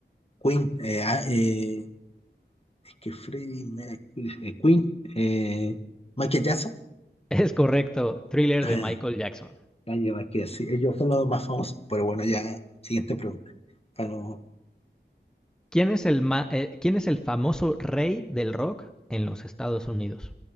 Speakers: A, on the left; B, in the centre.
A: Queen, eh, ah, eh, es que Freddie Mercury. eh, Queen. eh, Michael Jackson.
B: <laughs> Es correcto. Thriller
A: <laughs> Ajá,
B: de Michael Jackson.
A: Kanye, Michael sí, ellos son los más famosos. Pero bueno, ya, siguiente pregunta. ganó
B: ¿Quién es el, ma- eh, ¿quién es el famoso rey del rock en los Estados Unidos?